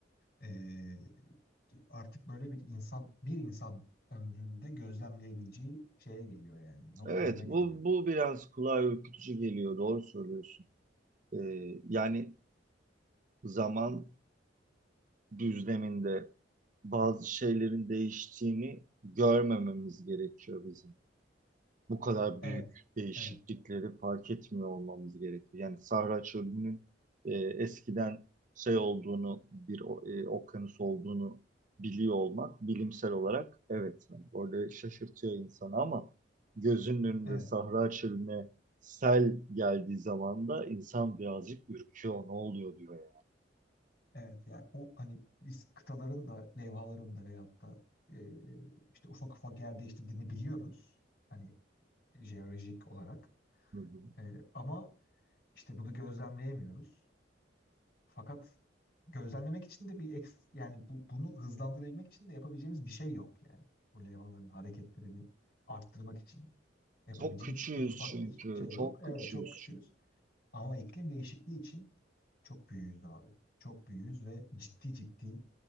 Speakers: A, on the left; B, on the right.
A: eee, artık böyle bir insan bir insan ömründe gözlemleyebileceği şeye geliyor yani noktalara
B: Evet
A: geliyor.
B: bu, bu biraz kulağa ürkütücü geliyor doğru söylüyorsun. Ee, yani zaman düzleminde bazı şeylerin değiştiğini görmememiz gerekiyor bizim. Bu kadar
A: Evet.
B: büyük değişiklikleri
A: Evet.
B: fark etmiyor olmamız gerekiyor. Yani Sahra Çölü'nün e, eskiden şey olduğunu, bir o- e, okyanus olduğunu biliyor olmak bilimsel olarak evet. Yani orada şaşırtıyor insanı ama gözünün önünde
A: Evet.
B: Sahra Çölü'ne sel geldiği zaman da insan birazcık ürküyor. Ne oluyor diyor yani.
A: Evet. Yani o hani biz kıtaların da levhaların da veyahut da e, işte ufak ufak yer değiştirdiğini biliyoruz. Hani jeolojik olarak.
B: Hı hı.
A: E, ama işte bunu gözlemleyemiyoruz. Fakat gözlemlemek için de bir eks, yani bu, bunu hızlandırabilmek için de yapabileceğimiz bir şey yok yani. Bu levhaların hareketlerini arttırmak için yapabileceğimiz
B: Çok küçüğüz
A: en ufak
B: çünkü.
A: bir şey yok.
B: Çok
A: Evet
B: küçüğüz
A: çok küçüğüz
B: çünkü.
A: ama iklim değişikliği için çok büyüğüz abi. Çok büyüğüz ve ciddi ciddi